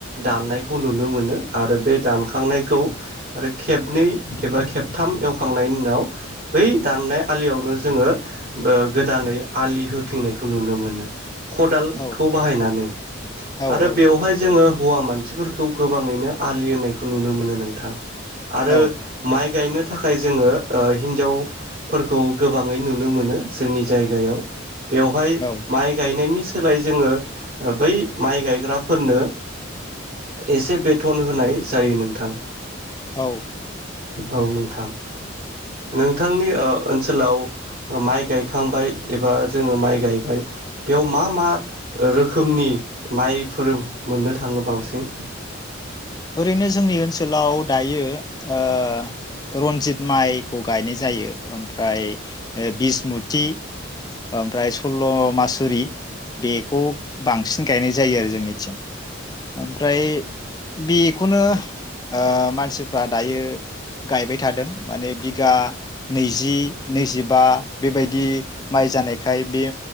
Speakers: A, on the right; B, on the left.
A: दाननायखौ नुनो मोनो आरो बे दानखांनायखौ आरो खेबनै एबा खेबथाम एवखांनायनि उनाव बै दाननाय आलियावनो जोङो ओ गोदानै आलि होफिननायखौ नुनो मोनो । खदालखौ
B: औ
A: बाहायनानै
B: औ
A: आरो बेवहाय जोङो हौवा मानसिफोरखौ गोबाङैनो आलि होनायखौ नुनो मोनो नोंथां । आरो
B: औ औ
A: माइ गायनो थाखाय जोङो ओ हिनजाव फोरखौ गोबाङै नुनो मोनो जोंनि जायगायाव । बेवहाय
B: औ
A: माइ गायनायनि सो लाय जोङो बै माइ गायग्राफोरनो एसे बेथन होनाय जायो नोंथां ।
B: औ
A: औ नोंथां नोंथांनि ओ ओनसोलाव माइ गायखांबाय एबा जोङो माइ गायबाय बेयाव मा मा रोखोमनि माइफोर मोननो थाङो बांसिन?
B: ओरैनो जोंनि ओनसोलाव दायो ओ रन्जित माइखौ गायनाय जायो ओमफ्राय ओ बिसमुथि ओमफ्राय सल्ल' मासुरि बेखौ बांसिन गायनाय जायो आरो जोंनिथिं ओमफ्राय बेखौनो ओ मानसिफ्रा दायो गायबाय थादों माने बिगा नैजि नैजिबा बेबायदि माइ जानायखाय बे